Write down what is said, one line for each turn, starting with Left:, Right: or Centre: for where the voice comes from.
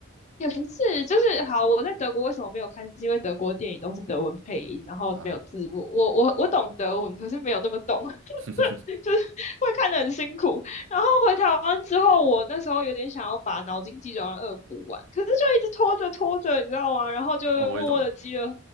Left: 也不是，就是好，我在德国为什么没有看？是因为德国电影都是德文配音，然后没有字幕。
Right: 啊，
Left: 我我我懂德文，可是没有那么懂。
Right: <laughs>
Left: 就是 <laughs> 会看得很辛苦。然后回台湾之后，我那时候有点想要把脑筋急转弯二补完，可是就一直拖着拖着，你知道吗？然后就默默的积了
Right: 哦，我也懂。